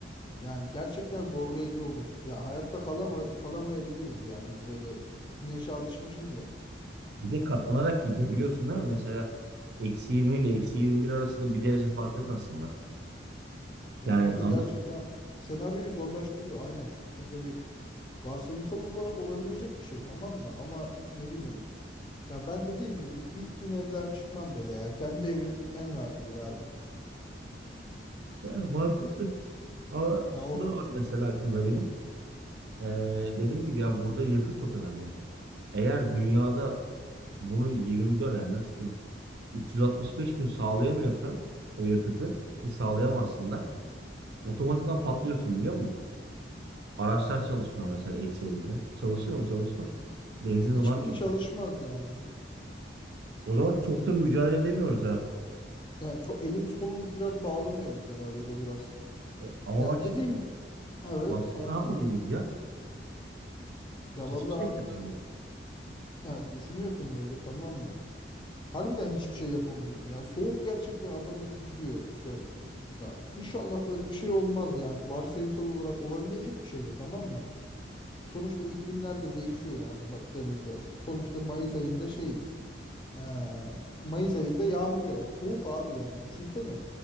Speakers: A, on the left (about 25°); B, on the right (about 65°).
A: yani gerçekten zorlayıcı olur. Ya hayatta kalama, kalamayabiliriz ya biz böyle güneşe alışmışız ya.
B: Bir de katlanarak gidiyor biliyorsun değil mi? Mesela eksi 20 ile eksi 21 arasında bir derece fark yok aslında.
A: Ya
B: Yani
A: o da
B: anladın
A: gerçekten senaryoyu zorlaştırıyor aynen. Burada bir varsayımsal olarak olabilecek bir şey tamam mı? Ama ne bileyim Ya ben dediğim gibi ilk gün evden çıkmam böyle ya. Kendi evim en rahatıdır abi.
B: mı? Yani mantıklı. Ama
A: Ya
B: şu
A: o
B: da var mesela aklımda benim. Ee, dediğim gibi ya burada yakıt çok önemli. Eğer dünyada bunu 24 yani nasıl diyeyim 365 gün sağlayamıyorsa o yakıtı ki sağlayamazsın da otomatikman patlıyorsun biliyor musun? Araçlar çalışmıyor mesela eksi 50'de. Çalışır mı? Çalışmaz. Benzin
A: hiçbiri
B: var çünkü.
A: çalışmaz yani.
B: O zaman çok da mücadele edemiyoruz ha.
A: Yani çok elimiz kolumuz biraz bağlanıyor bu senaryoda biraz.
B: E, ama
A: Yani
B: bak
A: dediğim
B: şimdi
A: gibi evet
B: başka
A: ha,
B: ne yapabiliriz
A: din-
B: ya?
A: ya
B: Hiçbir
A: vallahi
B: şey mi yapamıyoruz?
A: yani düşünüyorsun böyle tamam mı? Harbiden hiçbir şey yapamıyorsun ya. Soğuk gerçekten adamı bitiriyor bu se ya inşallah böyle bir şey olmaz yani. Varsayımsal olarak olabilecek bir şey de tamam mı? Sonuçta iklimler de değişiyor yani baktığımızda. Sonuçta Mayıs ayında şeyiz. Ee, Mayıs ayında yağmur yağıyor. Soğuk abi yani. Düşünsene.